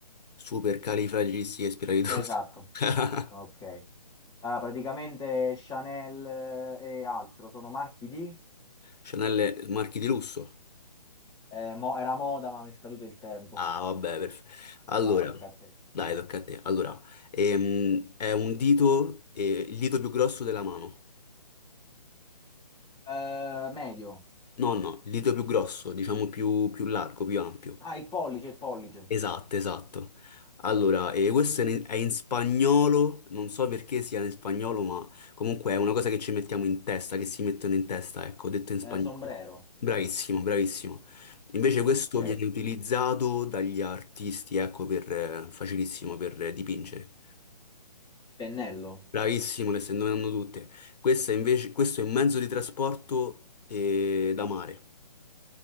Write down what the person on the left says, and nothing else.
super califragilisticexpialidocious.
<laughs>
Chanel marchi di lusso.
Ah, vabbè, perfetto. Allora,
dai, tocca a te. Allora, ehm, è un dito, eh, il dito più grosso della mano.
No, no, il dito più grosso, diciamo più, più largo, più ampio.
Esatto, esatto. Allora, eh, questo è in, è in spagnolo, non so perché sia in spagnolo, ma comunque è una cosa che ci mettiamo in testa, che si mettono in testa, ecco, detto in spagnolo.
Bravissimo, bravissimo. Invece questo
viene utilizzato dagli artisti, ecco, per, eh, facilissimo per eh, dipingere.
Bravissimo, le stai indovinando tutte. Questo è invece, questo è un mezzo di trasporto eh, da mare.